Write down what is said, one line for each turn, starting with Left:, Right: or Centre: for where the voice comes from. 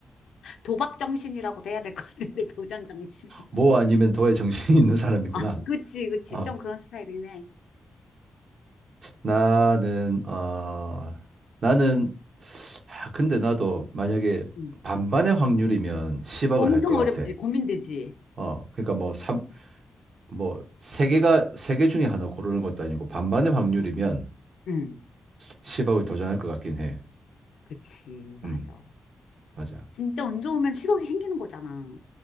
Left: 도박 정신이라고도 해야 될 것 같은데, <laughs> 도전 정신.
Right: 뭐
Left: 어.
Right: 아니면 더의 정신이 있는 사람이구나.
Left: 아, 그치, 그치.
Right: 어,
Left: 좀 그런 스타일이긴 해.
Right: 나는, 어, 나는 아, 근데 나도 만약에
Left: 응.
Right: 반반의 확률이면 10억을
Left: 엄청
Right: 할 것 같아.
Left: 어렵지, 고민되지.
Right: 어, 그러니까 뭐 3, 뭐 세 개가 세 개 중에 하나 고르는 것도 아니고 반반의 확률이면
Left: 응,
Right: 10억을 도전할 것 같긴 해.
Left: 그치, 맞아.
Right: 음, 맞아.
Left: 진짜 운 좋으면 10억이 생기는 거잖아.